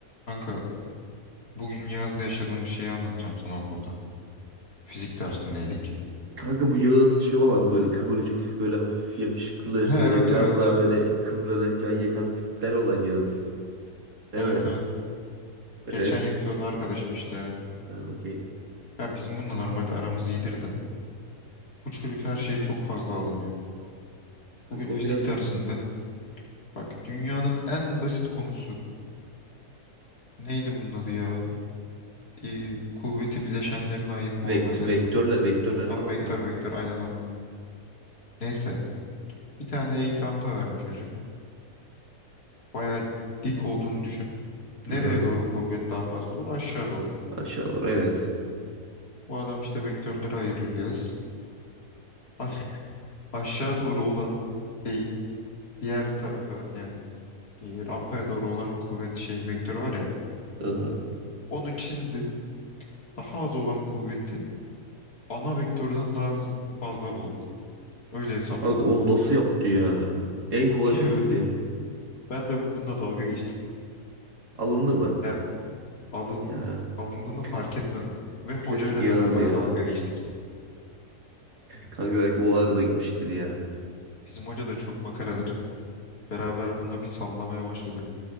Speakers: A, on the left; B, on the right.
A: Kanka bugün yazda yaşadığım şeyi anlatacağım sana okulda. Fizik dersindeydik.
B: Kanka bu Yağız şey olan böyle kıvırcık, böyle hafif yakışıklı,
A: <laughs> He evet
B: böyle biraz
A: evet.
B: daha böyle kızlara can yakan tipten olan Yağız. Değil
A: Evet
B: mi?
A: evet.
B: Evet.
A: Geçen yılki o da arkadaşım işte.
B: Ha, okey.
A: Ya bizim bununla normalde aramız iyidir de. Bu çocuk her şeye çok fazla alınıyor.
B: Kanka
A: Bugün fizik
B: o biraz
A: dersinde bak dünyanın en basit konusu. Neydi bunun adı ya? Ee, kuvveti bileşenlerine ayırma
B: vekt
A: olayları
B: vektörle
A: falan.
B: vektörler
A: filan.
B: falan
A: Ha, vektör
B: mı?
A: vektör aynen onun. Neyse bir tane eğik rampa vermiş hoca. Bayağı dik olduğunu düşün. Nereye
B: Aha.
A: doğru kuvvet daha fazla olur? Aşağı doğru.
B: Aşağı doğru evet.
A: Bu adam işte vektörleri ayırıyor Yağız. Ay- <laughs> Aşağı doğru olan değil, diğer tarafa yani e, rampaya doğru olan kuvvet şey vektörü var ya.
B: Aha.
A: Onu çizdi. Daha az olan kuvveti ana vektörden daha hız- fazla buldu. Öyle hesapladı.
B: Kanka onu nasıl yaptı ya? En kolay
A: <laughs> Evet.
B: konu bir de.
A: Ben de bununla dalga geçtim.
B: Alındı mı?
A: Yani alın,
B: Ya
A: alındığını fark
B: kl-
A: etmedim. Ve hocayla
B: klasik Yağız
A: beraber
B: ya.
A: dalga geçtik.
B: Kanka
A: Bizim
B: belki o arada gitmiştir ya.
A: bizim hoca da çok makaradır. Beraber bununla bir sallamaya başladık.